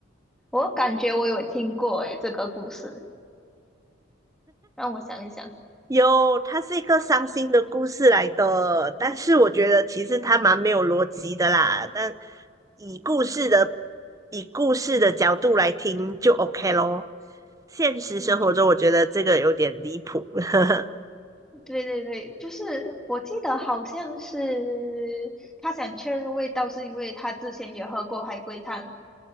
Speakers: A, in the centre; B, on the right (about 20°).
A: 我感觉我有听过诶这个故事，让我想一想，
B: 有，它是一个伤心的故事来的，但是我觉得其实它蛮没有逻辑的啦。但以故事的以故事的角度来听就 OK 咯。现实生活中，
A: 嗯，
B: 我觉得这个有点离谱。<laughs>
A: 对对对，就是我记得好像是他想确认味道，是因为他之前也喝过海龟汤，